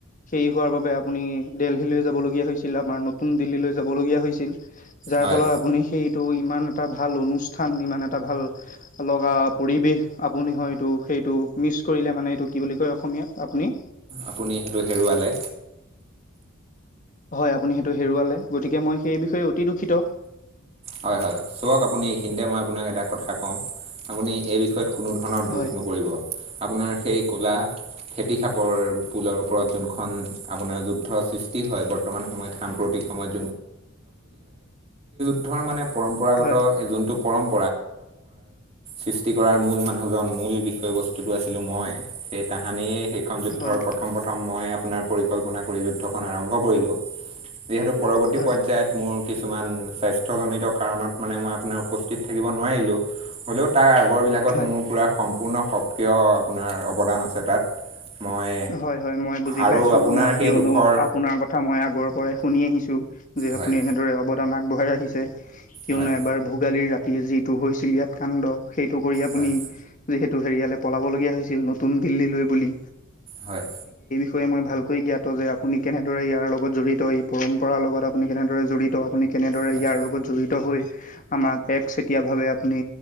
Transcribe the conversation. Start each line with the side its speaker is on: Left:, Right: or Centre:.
Left: সেই হোৱাৰ বাবে আপুনি দেলহি লৈ যাব লগীয়া হৈছিল, আমাৰ নতুন দিল্লীলৈৈ যাব লগীয়া হৈছিল। যাৰফলত
Right: হয়
Left: আপুনি সেইটো ইমান এটা ভাল অনু ষ্ঠান, ইমান এটা ভাল লগা পৰিৱেশ, আপুনি হয়তো সেইটো মিচ কৰিলে মানে এইট ত' কি বুলি
Right: আপুনি সেইটো হেৰুৱালে।
Left: হয়। আপুনি সেইটো হেৰুৱালে, গতিকে মই সেই বিষয়ে অতি দুখিত।
Right: হয়, হয়। চাওক আপুনি এইখিনিতে মই আপোনাক এটা কথা কওঁ, আপুনি এই বিষয়ত কোনো ধৰণৰ
Left: হয়
Right: দুখ নকৰিব। আপোনাৰ সেই কোলা ফেতি খাপৰ পুলৰ ওপৰত যোনখন আপোনাৰ যুদ্ধৰ সৃষ্টি হয়, বৰ্তমান সময়ত সাম্প্ৰতিক সময়ত <unintelligible> মানে পৰম্
Left: হয়
Right: সৃষ্টি কৰাৰ মূল মানুহজন, মূল বিষয়বস্তুটো আছিলো মই। সেই তাহানিৰ সেইখন যুদ্ধৰ
Left: হয়
Right: প্ৰথম-প্ৰথম মই আপোনাৰ পৰিকল্পনা কৰি যুদ্ধখন আৰম্ভ কৰিলোঁ। যিহেতু পৰৱৰ্তী
Left: হয়
Right: পৰ্যায়ত মোৰ কিছুমান স্বাস্থ্যজনিত কাৰণত মানে মই আপোনাৰ উপস্থিত থাকিব নোৱাৰিলোঁ, হ'লেও তাৰ খবৰবিলাকত
Left: হয়
Right: মোৰ পোৰা সম্পূৰ্ণ সক্ৰিয় আপোনাৰ অৱদান আছে। তাত মই
Left: হয়, হয়। মই বুজি
Right: আৰু
Left: পাইছো,
Right: আপোনাৰ
Left: মই কিয়নো
Right: সেই দুখৰ
Left: আপোনাৰ কথা মই আগৰ পৰাই শুনি আহিছো। যে
Right: হয়
Left: আপুনি এনেদৰে অৱদান আগবঢ়াই আহিছে। কিয়নো
Right: হয়
Left: এবাৰ ভোগালীৰ ৰা যিটো হৈছিল ইয়াত কাণ্ড। সেইটো কৰি আপুনি
Right: হয়
Left: যিহেতু হেৰিয়ালে পলাবলগীয়া হৈছিল, নতুন দিল্লী লৈ বুলি।
Right: হয়
Left: কৈ মই ভালকৈ জ্ঞাত যে, আপুনি কেনেদৰে ইয়াৰ লগত জড়িত। এই পৰম্পৰাৰ লগত আপুনি কেনেদৰে জড়িত। আপুনি কেনেদৰে
Right: হয়
Left: ইয়াৰ লগত জড়িত হৈ আমাক এক চেতিয়াভাৱে আপুনি